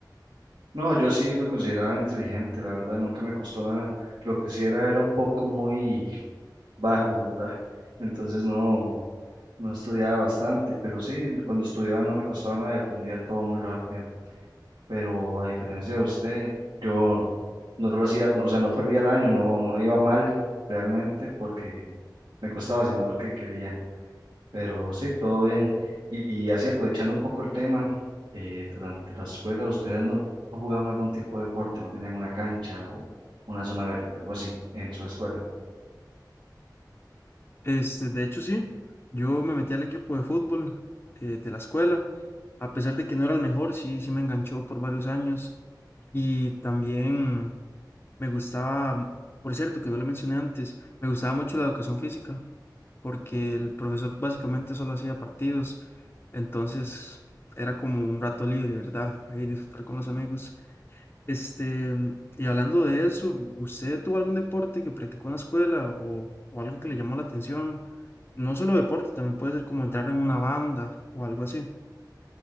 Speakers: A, on the right; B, on the left.
A: No, yo sí me consideraba inteligente, la verdad, nunca me costó nada. Lo que sí era era un poco muy <laughs> vago, ¿verdad? Entonces no, no estudiaba bastante, pero sí, cuando estudiaba no me costaba nada y aprendía todo muy rápido. Pero a diferencia de usted, yo no lo hacía, no, o sea, no perdía el año, no, no iba mal realmente porque me costaba, sino porque quería. Pero sí, todo bien. Y, y así aprovechando un poco el tema, eh, durante la escuela, ¿ustedes no no jugaban algún tipo de deporte? ¿No tenían una cancha o una zona verde, algo así, en su escuela?
B: Este, de hecho, sí, yo me metí al equipo de fútbol eh, de la escuela. A pesar de que no era el mejor, sí, sí me enganchó por varios años. Y también... Me gustaba, mu- por cierto, que no le mencioné antes, me gustaba mucho la educación física, porque el profesor básicamente solo hacía partidos, entonces era como un rato libre, ¿verdad? Ahí disfrutar con los amigos. Este, y hablando de eso, ¿usted tuvo algún deporte que practicó en la escuela o, o algo que le llamó la atención? No solo deporte, también puede ser como entrar en una banda o algo así.